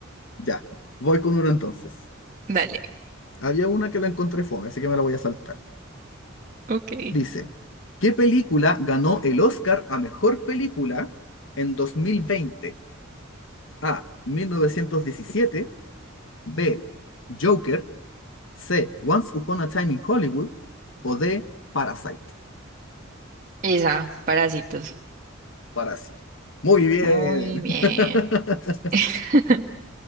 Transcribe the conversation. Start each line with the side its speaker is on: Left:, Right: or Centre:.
Left: ya, voy con uno entonces.
Right: Dale.
Left: Había una que la encontré fome, así que me la voy a saltar.
Right: Ok.
Left: Dice, ¿qué película ganó el Oscar a mejor película en 2020? A. 1917, B. Joker, C. Once Upon a Time in Hollywood o D. Parasite.
Right: Esa, parásitos.
Left: Parasite. Muy bien.
Right: Muy bien.
Left: <laughs>
Right: <laughs>